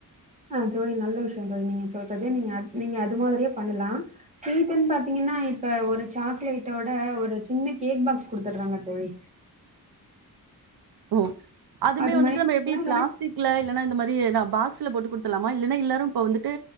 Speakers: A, on the right; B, on the right.
A: ஆ தோழி நல்ல விஷ்யோ தோழி நீங்க சொல்றதே நீங்க நீங்க அது மாதிரியே பண்ணலா ஸ்வீட்டுனு பாத்தீங்கனா இப்ப ஒரு சாக்லேட்டோட ஒரு சின்ன கேக் பாக்ஸ் குடுத்துட்றாங்க தோழி
B: ஓ அதுமே
A: அது
B: வந்துட்டு
A: மாரி
B: நம்ம எப்டி
A: இல்லனா
B: பிளாஸ்டிக் ல இல்லன்னா இந்த மாதிரி நா பாக்ஸ்ல போட்டு குடுத்தத்துலாமா இல்ன்னா எல்லாரும் இப்ப வந்துட்டு